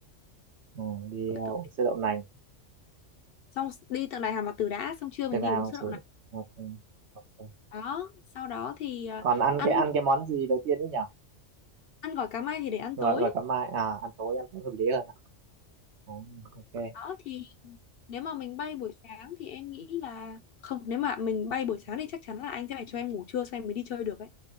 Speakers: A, on the right; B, on the left.
A: ừ, đi ờ,
B: từ
A: uống sữa đậu nành
B: xong đi tượng đài Hà Mạt Tử đã xong trưa mình
A: thực
B: đi
A: ra
B: uống
A: mà
B: sữa đậu
A: chứ
B: nành
A: ok ok.
B: đó sau đó thì à,
A: còn ăn
B: ăn
A: cái ăn cái món gì đầu tiên ấy nhỉ
B: ăn gỏi cá mai thì để ăn
A: gọi
B: tối
A: gọi cả mai à ăn tối ăn tối hợp lý hơn à? Ừ, ok
B: đó thì nếu mà mình bay buổi sáng thì em nghĩ là không nếu mà mình bay buổi sáng thì chắc chắn là anh sẽ phải cho em ngủ trưa xong em mới đi chơi được ấy